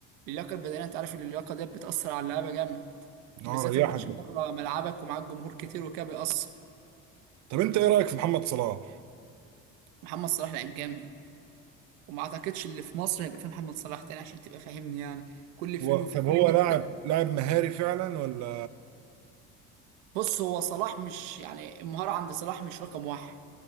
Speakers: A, on the right; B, on the right.
A: اللياقه البدنيه انت عارف اللياقه ديت بتاثر على اللعيبه جامد
B: اه
A: بالذات
B: ريحك
A: الماتش
B: ده
A: بره ملعبك ومعاك جمهور كتير وكده بيأثر
B: طب انت ايه رايك في محمد صلاح
A: محمد صلاح لعيب جامد وما اعتقدش اللي في مصر هيبقى فيه محمد صلاح تاني عشان تبقى فاهمني يعني كل فين
B: هو
A: وفين
B: طب
A: كل
B: هو
A: 100
B: لاعب
A: سنة.
B: لاعب مهاري فعلا ولا
A: بص هو صلاح مش يعني المهارة عند صلاح مش رقم واحد